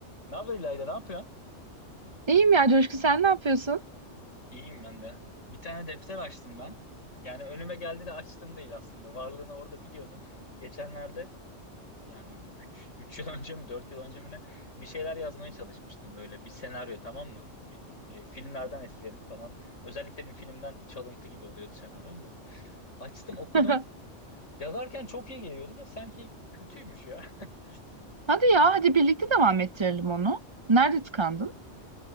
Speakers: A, on the left (about 80°); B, on the right (about 25°).
A: Ne haber İlayda, ne yapıyorsun?
B: İyiyim ya Coşku sen ne yapıyorsun?
A: İyiyim ben de. Bir tane defter açtım ben. Yani önüme geldi de açtım değil aslında. Varlığını orada biliyordum. Geçenlerde yani üç üç yıl <laughs> önce mi 4 yıl önce mi ne bir şeyler yazmaya çalışmıştım böyle bir senaryo tamam mı? Bir, e, filmlerden etkilenip falan. Özellikle bir filmden çalıntı gibi oluyordu senaryom da. Açtım okudum.
B: <laughs>
A: Yazarken çok iyi geliyordu da sanki kötüymüş ya. <laughs>
B: Hadi ya, hadi birlikte devam ettirelim onu. Nerede tıkandın?